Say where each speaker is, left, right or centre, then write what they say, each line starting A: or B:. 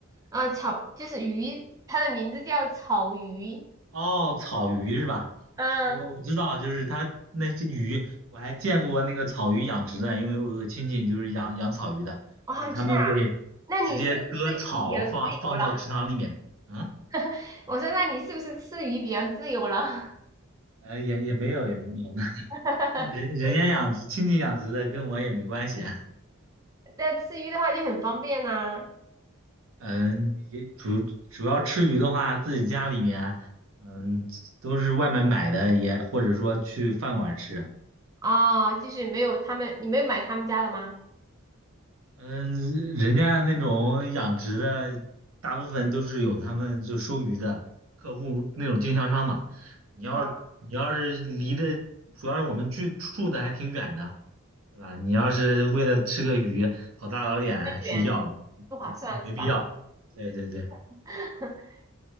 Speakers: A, on the right; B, on the right.
A: 啊，草就是鱼，它的名字叫草鱼。
B: 哦，草鱼是吧？
A: 嗯，
B: 我我知道，就是它那些鱼，我还见过那个草鱼养殖的，因为我有个亲戚就是养养草鱼的，
A: 哇，
B: 就是他们会直接割草放放到池塘里面。
A: 知道啊？那你是吃鱼比较自由了？
B: 嗯。
A: <laughs> 我说，那你是不是吃鱼比较自由了？
B: 呃，也也没有，也没有，<laughs> 那
A: <laughs>
B: 那人人家养殖，亲戚养殖的，跟我也没关系啊。
A: 在吃鱼的话就很方便呐、
B: 嗯，也主主要吃鱼的话，自己家里面，嗯，都是外面买的，也或者说去饭馆吃。
A: 哦，就是没有他们，你没有买他们家的吗？
B: 嗯，人家那种养殖的，大部分都是有他们就收鱼的客户那种经销商嘛。你要你要是离的，
A: 啊，
B: 主要是我们居住的还挺远的。对吧？你要是为了吃个鱼跑大老远还去要，
A: 远不划算是吧？
B: 不没必要。对对对，
A: <laughs>